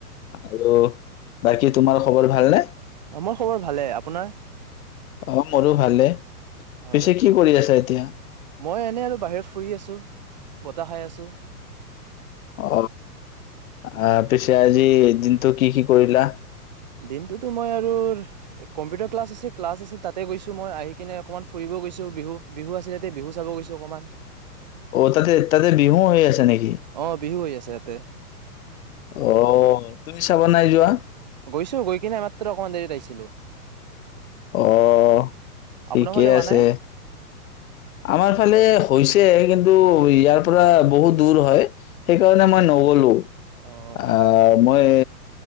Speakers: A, on the left; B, on the right.
A: আৰু- বাকী তোমাৰ খবৰ ভালনে?
B: মোৰ খবৰ ভালে, আপোনাৰ?
A: অ', মোৰো ভালে।
B: হয়,
A: পিছে কি কৰি আছা এতিয়া
B: মই এনে আৰু বাহিৰত ফুৰি আছোঁ। বতাহ খাই আছোঁ।
A: অ', আ পিছে আজি এদিনটো কি কি কৰিলা?
B: দিনটোতো মই আৰু কম্পিউটাৰ ক্লাছ আছে, ক্লাছ আছিল তাতে গৈছো‍ঁ মই আহি কিনে অকণমান ফুৰিব গৈছোঁ বিহু, বিহু আছিল ইয়াতে বিহু চাব গৈছো অকণমান।
A: অ', তাতে তাতে বিহু হৈ আছে নেকি?
B: অ বিহু হৈ আছে ইয়াতে
A: অ', তুমি চাব নাই যোৱা
B: গৈছোঁ গৈ কিনে মাত্ৰ অকণমান আগত আহিছিলোঁ।
A: অ', ঠিকেই
B: আপোনাৰ ফালে হোৱা
A: আছে।
B: নাই
A: আমাৰ ফালে হৈছে কিন্তু ইয়াৰ পৰা বহুত দূৰ হয়, সেইকাৰণে মই নগ'লো।
B: অ
A: আহ,
B: অ
A: মই